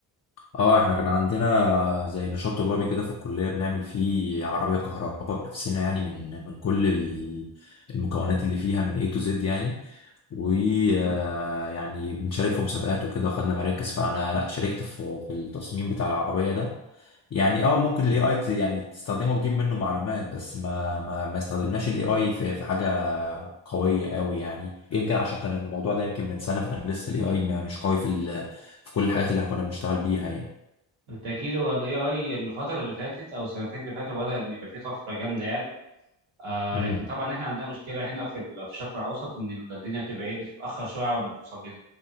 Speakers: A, on the left; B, on the right.
A: اه احنا كان عندنا زي نشاط طلابي كده في الكليه بنعمل فيه عربيه كهرباء بنفسنا يعني من من كل ال- المكونات اللي فيها من A to Z يعني ويعني بنشارك في مسابقات وكده خدنا مراكز فانا لا شاركت في في التصميم بتاع العربيه ده يعني اه ممكن الاي اي يعني تستخدمه تجيب منه معلومات بس ما ما ما استخدمناش الاي اي في في حاجه قويه قوي يعني يمكن عشان كان الموضوع ده يمكن من سنه فكان لسه الاي اي مش قوي في ال- في كل الحاجات اللي احنا كنا بنشتغل بيها يعني
B: بالتأكيد هو ال AI الفترة اللي فاتت أو السنتين اللي فاتوا بدأ إن يبقى فيه طفرة جامدة يعني آه
A: امم
B: لكن طبعا إحنا عندنا مشكلة هنا في ال- في الشرق الأوسط إن الدنيا بتبقى إيه بتتأخر شوية على ما توصل لنا